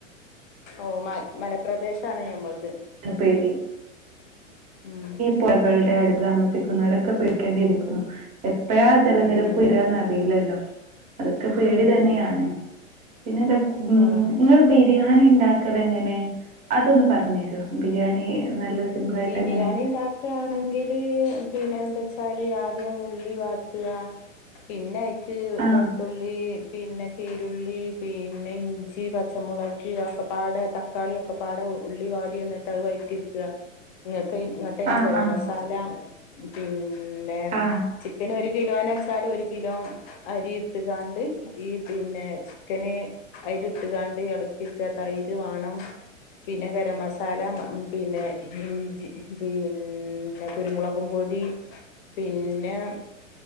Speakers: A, on the left (about 40°); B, on the right (about 20°).
A: ഓ മൽ മലപ്രദേശാണ് ഞമ്മൾത്
B: പേടി
A: ഉം
B: പൊഴകളുടെ അടുത്ത് താമസിക്കുന്നവരൊക്കെ പേ ക്കേണ്ടിയിരിക്കുന്നു
A: ഉം
B: എപ്പഴാ ജലനിരപ്പ്
A: ഉം ഉം
B: ഉയരാന്നറിയില്ലല്ലോ അതൊക്കെ പേടി
A: ഉം
B: തന്നെയാണ്
A: ഉം
B: പിന്നെന്താ ഉം
A: ആഹ്
B: ഇങ്ങള് ബിരിയാണി ഉണ്ടാക്കലെങ്ങനെ അതൊന്ന് പറഞ്ഞ് തരുവോ ബിരിയാണി നല്ല സിമ്പിൾ ആയിട്ട്
A: ബിരിയാണി
B: എങ്ങനെ
A: ഉണ്ടാ ക്കാണെങ്കില് പിന്നെന്തച്ചാല് ആദ്യം ഉള്ളി വാട്ടുക പിന്നെ അയിക്ക്
B: ആ
A: വെളുത്തുള്ളീ പിന്നെ ചീരുള്ളി പിന്നെ ഇഞ്ചി പച്ചമുളക് അയൊക്കെപ്പാടെ ത തക്കാളി ഒക്കെപ്പാടെ ഉള്ളി വാടി എന്നിട്ട് അത് വയറ്റി എടുക്കുക എന്നിട്ട് അയിൻ എന്നിട്ടങ്ങട്ടയിന്
B: ആ
A: ഗരം
B: ആ
A: മസാല പിന്നെ
B: ആ
A: ചിക്കന് ഒരു കിലോന്ന് വച്ചാല് ഒരു കിലോ അരിയിട്ട് കാണ്ട് ഈ പിന്നെ ചിക്കന് അയിലിട്ട്കാണ്ട് ഇളക്കിയെടുക്കുക തൈര് വാണം പിന്നെ ഗരം മസാ സാല പിന്നെ ഇഞ്ചി പിന്നെ കുരുമുളകും പൊടി പിന്നെ